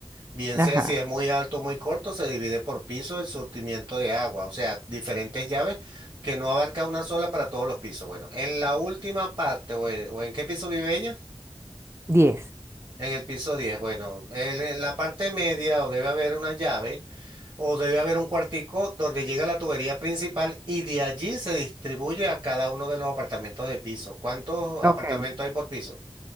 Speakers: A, on the right (about 45°); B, on the right (about 25°).
A: bien
B: Ajá,
A: sea si es muy alto o muy corto, se divide por piso el surtimiento de agua, o sea, diferentes llaves que no abarca una sola para todos los pisos. Bueno, en la última parte, o, e- o en qué piso vive ella?
B: diez
A: En el piso 10. Bueno, el- en la parte media o debe haber una llave o debe haber un cuartico donde llega la tubería principal y de allí se distribuye a cada uno de los apartamentos de piso. ¿Cuántos
B: Ok.
A: apartamentos hay por piso?